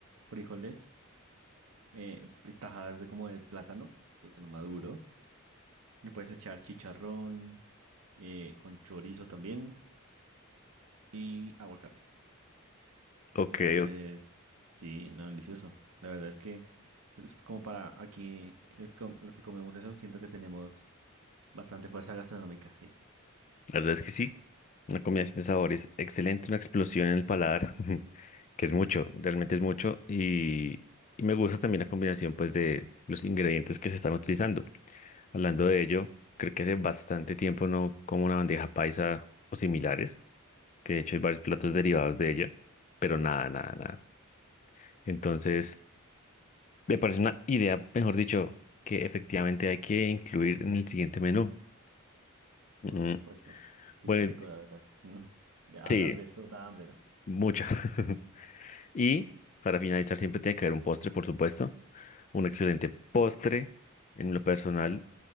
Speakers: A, on the right; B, on the left.
A: frijoles. eh, tajadas de como de plátano, plátano maduro. Le puedes echar chicharrón eh, con chorizo también y aguacate.
B: ok,
A: Entonces,
B: o-
A: sí, no, delicioso. La verdad es que es como para aquí el que com- los que comemos eso, siento que tenemos bastante fuerza gastronómica. sí.
B: la verdad es que sí. Una combinación de sabores excelente, una explosión en el paladar, <laughs> que es mucho, realmente es mucho. Y, y me gusta también la combinación pues de los ingredientes que se están utilizando. Hablando de ello, creo que hace bastante tiempo no como una bandeja paisa o similares, que de hecho hay varios platos derivados de ella, pero nada, nada, nada. Entonces, me parece una idea, mejor dicho, que efectivamente hay que incluir en el siguiente menú. Mm,
A: Por supuesto. Sí,
B: bueno,
A: qué rico, la verdad. <laughs> Mm. Ya
B: sí,
A: hablar de esto da hambre, ¿no?
B: mucha. <laughs> Y para finalizar, siempre tiene que haber un postre, por supuesto. Un excelente postre. En lo personal,